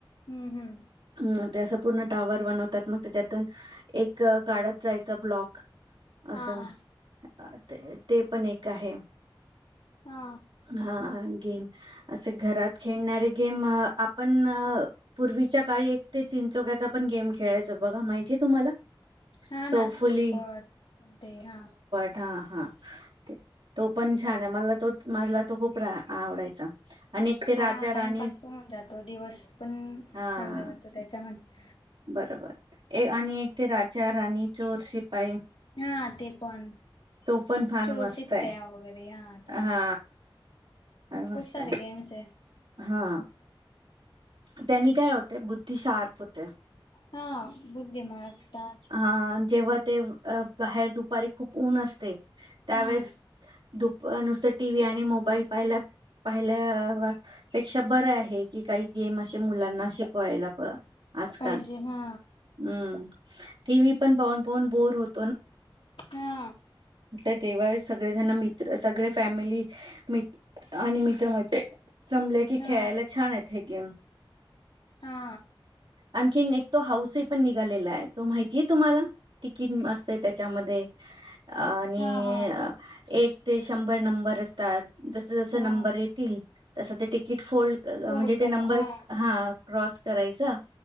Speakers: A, on the left; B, on the right.
A: हम्म हम्म
B: म् ते अस पूर्ण टावर बन मग त्याच्यातून एक काढत जायचा ब्लॉक
A: हा
B: असं
A: हा
B: ते ते पण एक आहे
A: हा
B: हा गेम अस घरात खेळणारे गेम अ आपण पूर्वीच्या. पूर्वीचा काळी एक ते चिंचोक्याचा पण गेम. खेळायचं बघा माहितीये तुम्हाला.
A: हा
B: चौफुली
A: ना चोपट ते हा.
B: हा हा तो पण छान आहे, मला तो, मला तो खूप रा आवडायचा. आणि एक ते राजा
A: हा
B: राणी
A: टाइमपास पण होऊन जातो दिवस पण चांगला
B: हा
A: जातो त्याच्यामध्ये.
B: बरोबर एक आणि एक ते राजा राणी चोर श पाई
A: हा ते पण
B: तो पण फार
A: चोर
B: मस्त
A: चिट्ट्या
B: आहे
A: वगैरे ते
B: हा मस्त
A: खूप सारे
B: आहे
A: गेम्स आहे.
B: हा. त्यांनी काय होते बुद्धी शार्प होत्या.
A: हा बुद्धिमत्ता.
B: अ जेव्हा ते बाहेर दुपारी खूप ऊन असतय. त्यावेेळेस
A: हम्म
B: दु पण नुसतं टी व्ही आणि मोबाईल पाहिल्या पाहिल्या पेक्षा बरं आहे, की काही. गेम असे मुला ना शिकवायला प आजकाल
A: पाहिजे हा
B: हम्म. टी व्ही पण पाहून पाहून बोर होत.
A: हा.
B: तर तेव्हा. सगळे जण मित्र सगळे फॅमिली. मी आणि मित्र म्ह जमले की
A: हा
B: खेळायला छान आहेत हे. गेम.
A: हा
B: आणखीन एक तो हाऊसही पण निघालेला आहे, तो माहितीय तुम्हाला तिकीट मस्त त्याच्यामध्ये. आणि
A: हा हा
B: एक. ते शंभर नंबर असतात. जसं जसं
A: हा
B: नंबर येतील. तसं ते तिकीट फोल्ड अ
A: फोड
B: म्हणजे.
A: कराय
B: नंबर
A: हा
B: हा क्रॉस. करायचा.